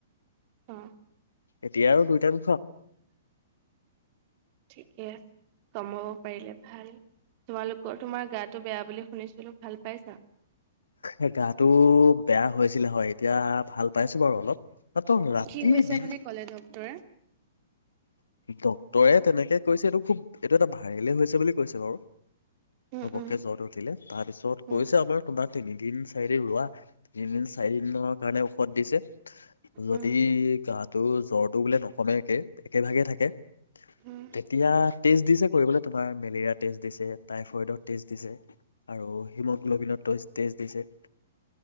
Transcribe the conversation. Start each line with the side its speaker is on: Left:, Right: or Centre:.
Right: অ',
Left: এতিয়া আৰু দুইটাম
Right: ঠিকে আছে কমাব পাৰিলে ভাল তোমালোকৰ তোমাৰ গাটো বেয়া বুলি শুনিছিলো ভাল পাইছা
Left: এ গাটো বেয়া হৈছিলে হয় এতিয়া ভাল পাইছো বাৰু অলপ নাত ৰাতি
Right: কি হৈছে
Left: দিল
Right: বুলি ক'লে ডক্তৰে?
Left: ডক্তৰে তেনেকে কৈছে এইটো খুব এইটো এটা ভাইৰেলে হৈছে বুলি কৈছে বাৰু
Right: উম,
Left: হবকে
Right: উম,
Left: জ্বত উঠিলে তাৰ পিছত
Right: উম,
Left: কৈছে আমাৰ তোমাক তিনিদিন চাৰিদিন ৰোৱা তিনিদিন চাৰিদনৰ কাৰণে ঔষধ দিছে যদি
Right: উম,
Left: গাটো জ্বৰ টো বোলে নকমে একে একে ভাগে থাকে তেতিয়া
Right: উম।
Left: টেষ্ট দিছে কৰিব তোমাৰ মেলেৰিয়া টেষ্ট দিছে টাইফয়ডৰ টেষ্ট দিছে আৰু হিমগ্ল'বিনৰত তেটেষ্ট দিছে